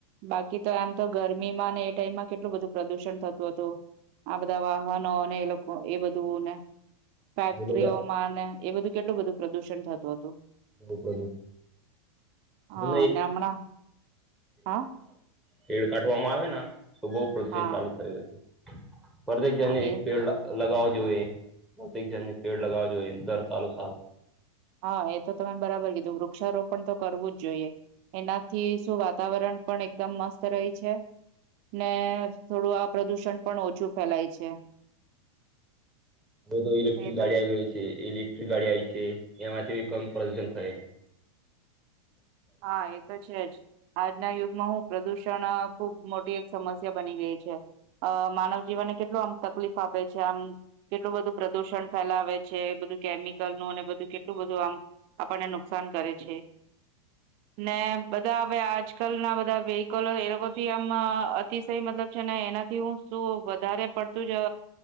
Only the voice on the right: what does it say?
બાકી તો એમ તો ગરમીમાં ને એ ટાઈમમાં કેટલું બધું પ્રદુષણ થતું હતું આ બધા વાહનો અને એ લોકો એ બધુંને ફેક્ટરીઓમાં
અને એ બધું કેટલુંધું પ્રદુષણ થતું હતું
હા
ને હમણાં હા
હા
હા
એ
હા એ તો તમે બરાબર કીધું વૃક્ષારોપણ તો કરવું જ જોઈએ એનાથી શું વાતાવરણ પણ એકદમ મસ્ત રહે છે ને થોડું આ પ્રદુષણ પણ ઓછું ફેલાય છે
એ
તો
હા એ તો છે જ આજના યુગમાં હું પ્રદૂષણ ખુબ મોટી એક સમસ્યા બની ગઈ છે અ માનવ જીવનને કેટલું આમ તકલીફ આપે છે આમ કેટલું બધું પ્રદુષણ ફેલાવે છે બધું કેમિકલ નું અને બધું કેટલું બધું આમ આપણને નુકસાન કરે છે ને બધા હવે આજકાલના બધા વેહકલો એ લોકોથી આમ અતિશય મતલબ છે ને એનાથી હું શું વધારે પડતું જ